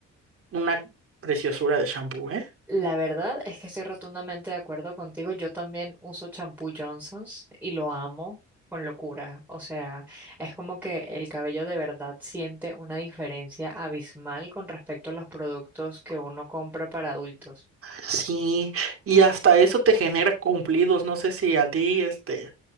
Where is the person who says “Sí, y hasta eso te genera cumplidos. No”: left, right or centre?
Right